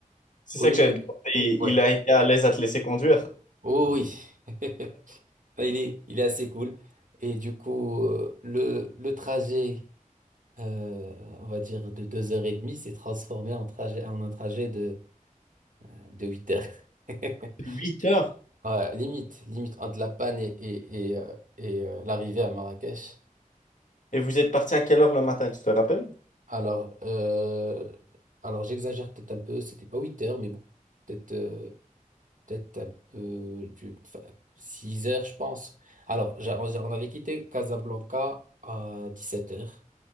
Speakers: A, on the left (about 65°); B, on the right (about 65°).
A: C'est
B: au
A: ça
B: lieu
A: que j'avais
B: de.
A: demandé. Il
B: Ouais.
A: il a été à l'aise à te laisser conduire.
B: Oh oui. <laughs> Il est, il est assez cool. Et du coup, euh, le, le trajet, euh, on va dire de deux heures et demie, s'est transformé en trajet, en un trajet de De 8 heures. <laughs>
A: 8 heures?
B: Ouais, limite, limite entre la panne et, et, et, euh, et, euh, l'arrivée à Marrakech.
A: Et vous êtes parti à quelle heure le matin, tu te rappelles?
B: Alors, euh, alors j'exagère peut-être un peu, c'était pas 8 heures, mais bon, peut-être euh, peut-être un peu du, enfin, 6 heures, je pense. Alors, j'a- on on avait quitté Casablanca à 17 heures